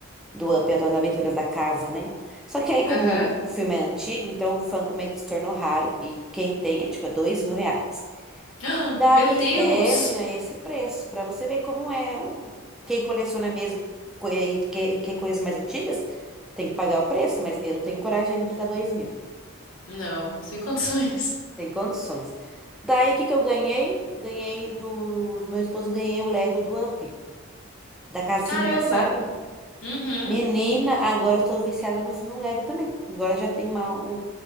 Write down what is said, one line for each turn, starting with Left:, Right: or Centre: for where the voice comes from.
Centre: do Up e as Aventuras da Casa, né? Só que aí, como
Left: Aham.
Centre: o filme é antigo, então o Funko meio que se tornou raro. E quem tem é tipo é dois mil reais.
Left: <gasps> Ah,
Centre: Daí,
Left: Meu Deus!
Centre: é, menina, é esse preço, pra você ver como é. um- Quem coleciona mesmo co- e quer, e quer coisas mais antigas, tem que pagar o preço, mas eu não tenho coragem ainda de dar dois mil.
Left: Não, sem condições.
Centre: Tem condições. Daí, o que que eu ganhei? Ganhei do, do meu esposo, ganhei o Lego do Up. da casinha,
Left: Caramba!
Centre: sabe?
Left: Uhum.
Centre: Menina, agora eu tô viciada no, no Lego também. Agora eu já tenho uma, um-